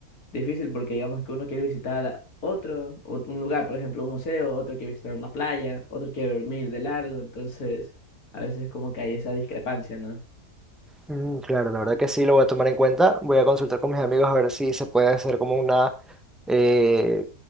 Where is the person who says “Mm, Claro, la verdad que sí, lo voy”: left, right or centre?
Centre